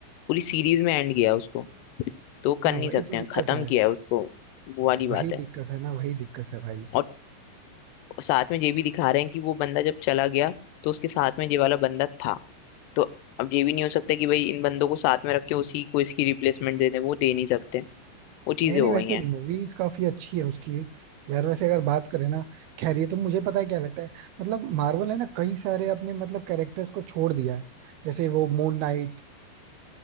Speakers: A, on the left; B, on the right.
A: पूरी सीरीज में एंड किया है उसको तो वो कर
B: हाँ
A: नहीं
B: वही
A: सकते
B: तो दिक्कत
A: हैं खत्म
B: है
A: किया है उसको वो वाली
B: वही
A: बात है
B: दिक्कत है ना वही दिक्कत है भाई
A: और साथ में ये भी दिखा रहे हैं कि वो बंदा जब चला गया तो उसके साथ में ये वाला बंदा था तो अब ये भी नहीं हो सकता कि भाई इन बंदों को साथ में रख के उसी को इसकी रिप्लेसमेंट दे दें वो दे नहीं सकते वो चीजें
B: नहीं नहीं
A: हो
B: वैसे
A: गई हैं
B: मूवीज काफी अच्छी है उसकी यार वैसे अगर बात करें ना खैर ये तो मुझे पता है क्या लगता है मतलब मार्वल है ना कई सारे अपने मतलब कैरेक्टर्स को छोड़ दिया है जैसे वो मून नाइट